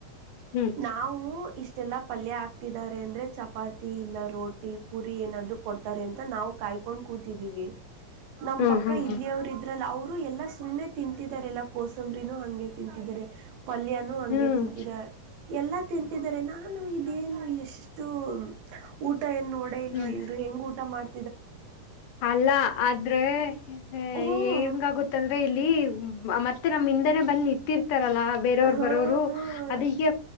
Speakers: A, on the left; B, on the right.
A: ಹ್ಮ್
B: ನಾವವು ಇಷ್ಟೆಲ್ಲಾ ಪಲ್ಯ ಹಾಕ್ ಕತಿದ್ದಾರೆ ಅಂದ್ರರೆ ಚಪಾತಿ ಇಲ್ಲ ರೋಟಿ ಪುರಿ ಏನಾದ್ರು ಕೊಡ್ತಾರೆ ಅಂತ ನಾವು ಕಾಯ್ಕೊಂಡು ಕೂತಿದ್ದೀವಿ. ನಮ್ ಪಕ್ಕ
A: ಹ್ಮ್ ಹ್ಮ್ ಹ್ಮ್
B: ಇಲ್ಲಿಯವರು ಇದ್ರಲ್ಲ ಅವರ್ ಅವರು ಎಲ್ಲಾ ಸುಮ್ಮ್ನೆ ತಿಂತಿದರೆ ಎಲ್ಲ ಕೋಸಂಬ್ರನೂ ಹಂಗೆ ತಿಂತಿದರೆ ಪಲ್ಯನೂ ಹಂಗೆ
A: ಹ್ಮ್
B: ತಿಂತಿರ ಎಲ್ಲ ತಿಂತಿದರೆ ನಾನು ಇದೇನು ಎಷ್ಟು ಊಟ್ ಟ ಏನ್ ನೋಡೇ ಇಲ್ವಾ
A: ಹ್ಮ್
B: ಇವ್ರು ಹೆಂಗ್ ಊಟ ಮಾಡ್
A: ಅಲ್ಲ ಆದ್ರೆ ಹೆ
B: ಹ್ಞೂ
A: ಏಂಗಗುತ್ತಂದ್ರೆ ಇಲ್ಲಿ ಮತ್ತೆ ನಮ್ ಇಂದನೆ ಬಂದ್ ನಿಂತೀರ್ ತರಲ ಬೇರೆವ್ರು
B: ಹಾಂ
A: ಬರೋವರು
B: ಹಾಂ
A: ಅದಕ್ಕೆ